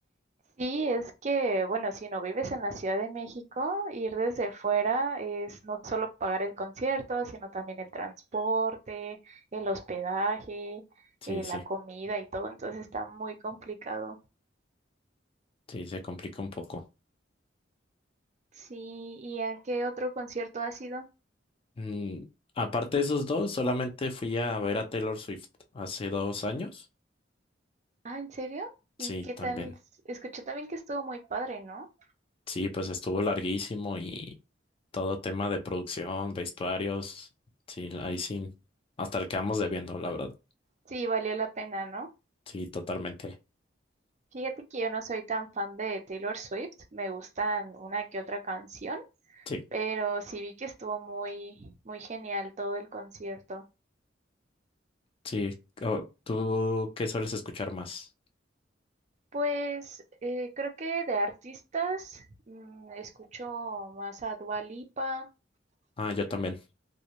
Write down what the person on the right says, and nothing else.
Sí, es que, bueno, si no vives en la Ciudad de México, ir desde fuera es no solo pagar el concierto, sino también el transporte, el hospedaje,
eh,
la comida y todo, entonces está muy complicado.
Sí, ¿y a qué otro concierto has ido?
Ah, ¿en serio? ¿Y
qué
tal? Escuché también que estuvo muy padre, ¿no?
Sí, valió la pena, ¿no?
Fíjate que yo no soy tan fan de Taylor Swift, me gustan una que otra canción
pero sí vi que estuvo muy, muy genial todo el concierto.
Pues eh, creo que de artistas mm, escucho más a Dua Lipa.
mm,